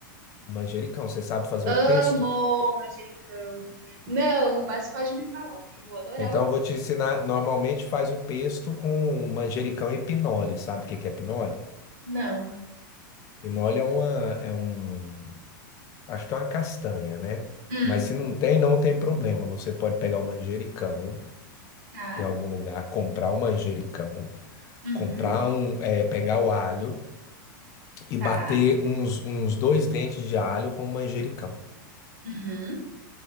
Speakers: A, on the left (about 30°); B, on the right (about 55°).
A: O manjericão, você sabe fazer
B: Amo
A: o pesto?
B: manjericão. Não, mas pode me falar que eu vou adorar
A: Então,
B: ouvir.
A: eu vou te ensinar. Normalmente faz o pesto com manjericão e pinole. Sabe o que que é pinole?
B: Não.
A: Pinole é uma, é um, Acho que é uma castanha, né?
B: Hum,
A: Mas se não tem, não tem problema. Você pode pegar um manjericão
B: tá.
A: em algum lugar, comprar um manjericão,
B: Uhum,
A: comprar um, eh, pegar o alho e
B: tá.
A: bater uns, uns dois dentes de alho com o manjericão.
B: Uhum,